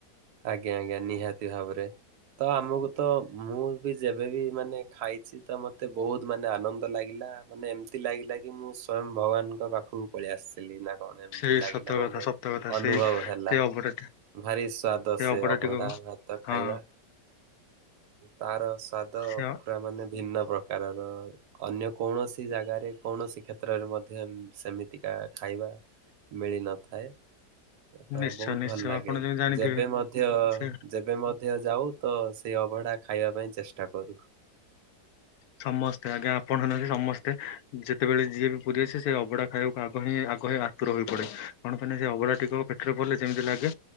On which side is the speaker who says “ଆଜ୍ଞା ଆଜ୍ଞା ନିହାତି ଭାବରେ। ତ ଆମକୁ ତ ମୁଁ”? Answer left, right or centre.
Right